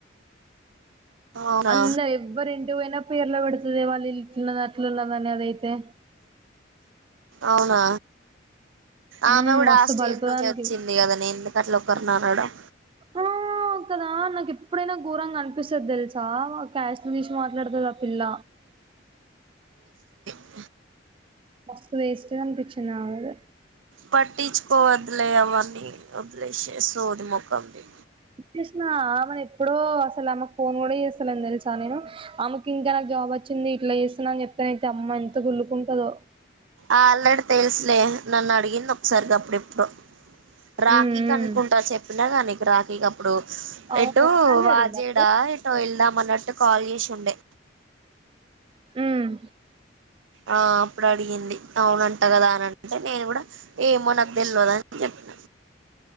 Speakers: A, on the right; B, on the right.
A: అవునా
B: అంత ఎవ్వరింటికి పోయినా పేర్ల పెడుతదే వాళ్ళు ఇల్లు ఇట్లున్నది అట్ల ఉన్నదని అదైతే.
A: అవునా ఆమె
B: మ్మ్
A: కూడా
B: మస్తు
A: ఆ స్టేజ్
B: బలుపు
A: నుంచే
B: దానికి
A: వచ్చింది కదనే ఎందుకట్లా ఒకర్ని అనడం.
B: ఆ కదా నాకు ఎప్పుడైనా ఘోరంగా అనిపిస్తది తెల్సా క్యాస్ట్ ని తీసి మాట్లా డతది ఆ పిల్ల.
A: అ
B: మస్త్ వేస్ట్ ది అనిపించింది నాకయితే.
A: పట్టించుకోవద్లే అవ న్నీ వదిలేషయ్ సోది మొకంది.
B: <unintelligible> ఎప్పుడో అసలు ఆమకు ఫోన్ కూడా చేస్తలేను తెలుసా నేను ఆమెకి ఇంకా జాబ్ వచ్చింది ఇట్లా చేస్తున్నా అని చెప్తానైతే అమ్మ ఎంత కుల్లుకుంటదో.
A: అల్రడీ తెలుసులే నన్ను అడిగింది ఒకసారిగా గప్పుడెప్పుడో. రాఖీకి
B: మ్మ్ మ్మ్
A: అనుకుంటా చెప్పినా కా నీకు రాఖీ ఇగ ఇప్పుడు
B: అవును
A: ఎటు
B: శాలరీ
A: వాజేడా
B: అడిగిందా అప్పుడు
A: ఎటో ఎళ్దాం అన్నట్టు కాల్ చేసి ఉండే.
B: హ్మ్
A: ఆ అప్పుడు అడిగింది అవునంటా కదా అని అంటే నేను కూడా ఏమో నాకు తెల్వదని చెప్పిన